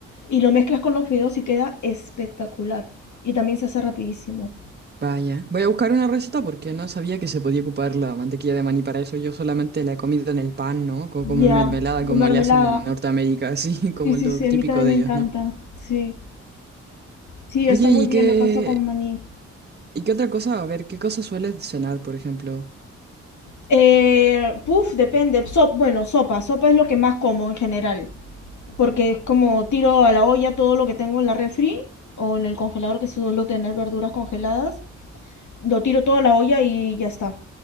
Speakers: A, on the left (about 65°); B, on the right (about 30°).
A: y lo mezclas con los fideos y queda espectacular. Y también se hace rapidísimo.
B: Vaya. Voy a buscar una receta porque no sabía que se podía ocupar la mantequilla de maní para eso. Yo solamente la he comido en el pan, ¿no? Co- Como
A: Ya,
B: en mermelada,
A: y con
B: como
A: mermelada.
B: le hacen en Norteamérica, así <laughs> como
A: Sí, sí,
B: el lo
A: sí,
B: típico
A: a mí también
B: de
A: me encanta,
B: ellos, ¿no?
A: sí. Sí, está
B: Oye,
A: muy
B: ¿y
A: bien,
B: qué...
A: lo paso con maní.
B: ¿Y qué otra cosa? A ver, ¿qué cosa sueles cenar, por ejemplo?
A: Eh, puf, depende. Sop, bueno, sopa. Sopa es lo que más como en general. Porque es como tiro a la olla todo lo que tengo en la refri o en el congelador, que suelo tener verduras congeladas. Lo tiro todo a la olla y ya está.